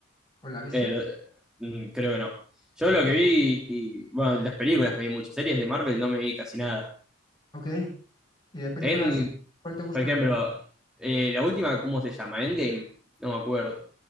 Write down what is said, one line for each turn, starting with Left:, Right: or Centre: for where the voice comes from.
Left: ¿O la viste?
Centre: Eh, lo- mm, creo que no. Yo lo que vi, y, bueno, las películas me vi mucho, series de Marvel no me vi casi nada.
Left: Ok. ¿Y de películas,
Centre: En,
Left: cuál te gusta?
Centre: por ejemplo, eh, la última, ¿cómo se llama? Endgame, no me acuerdo.